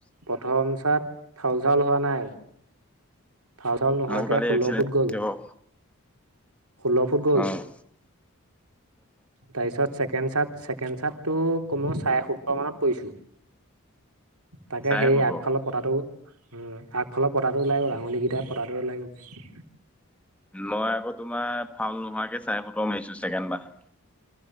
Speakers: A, on the right; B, in the centre.
A: প্ৰথম চাত ফাউল চাউল হোৱা নাই। ফাউল চাউল নোহোৱাকে
B: মোৰ কালি
A: ষোল্ল
B: এক্সিডেণ্ট
A: ফুট গ'ল,
B: হৈছে বাৰু।
A: ষোল্ল ফুট গ'ল।
B: অ',
A: তাৰপিছত ছেকেণ্ড চাত ছেকেণ্ড চাতটো কমেও চাৰে সোত্তৰ মানত পৰিছো। তাকে
B: চাৰে
A: সেই
B: সোতৰ
A: আগফালৰ পতাটো উম আগফালৰ পতাটো ওলাই গ'ল আঙুলিকেইটাই পতাটোৱে ওলাই গ'ল।
B: মই আকৌ তোমাৰ ফাউল নোহোৱাকে চাৰে সোতৰ মাৰিছো ছেকেণ্ড বাৰ।